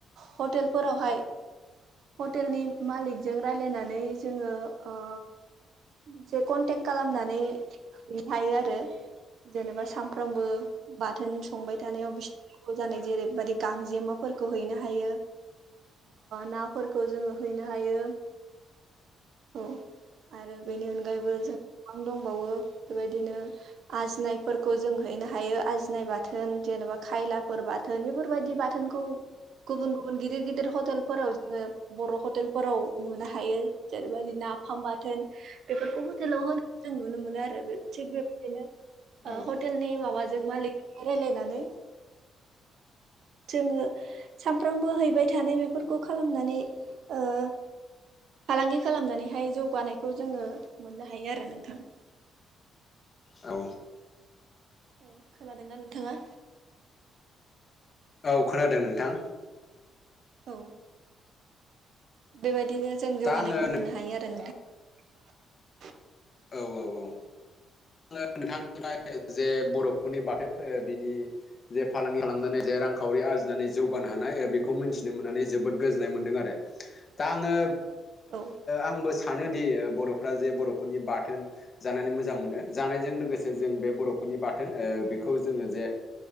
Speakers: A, on the right; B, on the left.
A: ओ हटेलफोरावहाय हटेलनि मालिकजों राय्लायनानै जोङो ओ मोनसे कन्टेक्ट खालामनानै लानो हायो आरो जेनेबा‌ साम सानफ्रामबो बाथोन संबाय थानायाव बिस जानाय जेरैबायाददि गांजेमाफोरखौ हैनो हायो ना फोरखौ जोङो हैनो हायो औ आरो बेनि अनगायैबो जों गोबां दंबावो बेबायदिनो आजिनायफोरखौ जों हैनो हायो आजिनाय बाथोन जेन'बा खायलाफोर बाथोन बाथोन बेफोरबायदि बाथोनखौ गुबुन गुबुन गिदिर गिदिर हटेलफोराव जोङो बर' हटेलफोराव नुनो हायो जेरैबायदि नाफाम बाथोन बेफोरखौ हटेलाव होनाय जों नुनो मोनो आरो थिग बेबायदिनो
B: औ
A: हटेलनि माबाजों मालिकजों रायज्लायनानै -- जोङो सानफ्रामबो हैबाय थानाय बेफोरखौ खालामनानैओ फालांगि खालामनानैहाय जौगानायखौ जोङो मोननो हायो आरो नोंथां।
B: औ
A: औ खोनादोंना नोंथाङा?
B: औ खोनादों नोंथां
A: औ बेबायदिनो जों जौगानायखौ
B: दा आङो
A: मोननो हायो आरो नोंथां। <inaudible>
B: औ औ औ। आङो नोंथांमोना जे बर'फोरनि बाथोन बिनि जे फालांगि खालामनानै जे रांखावरि आरजिनानै जौगानो हानाय बेखौ मिथिनो मोननानै जोबोद गोजोननाय मोनदों आरो दा आङो
A: औ
B: आंबो सानोदि बर'फ्रा जे बर'फोरनि बाथोन जानानै मोजां मोनो जानायजों लोगोसे जों बे बर'फोरनि बाथोन बेखौ जोङो जे